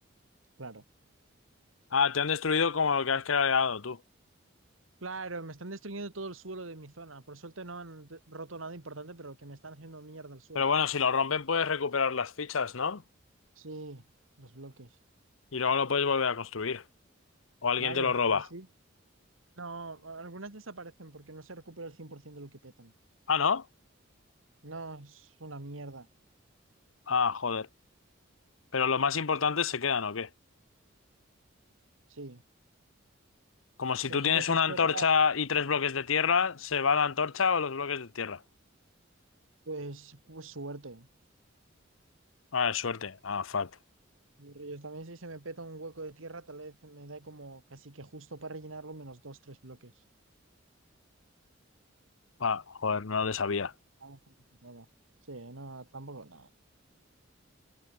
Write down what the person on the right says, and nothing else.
claro.
Claro, me están destruyendo todo el suelo de mi zona, por suerte no han de- roto nada importante, pero que me están haciendo mierda el suelo.
Sí, los bloques,
claro,
pues sí. No, a- algunas desaparecen porque no se recupera el 100% de lo que petan.
No, es una mierda,
sí.
Por
ejemplo,
si
explota,
pues, pues suerte.
Y Reyes, también si se me peta un hueco de tierra, tal vez me da como casi que justo para rellenarlo menos dos, tres bloques.
Está bastante petada. Sí, no, tampoco, nada.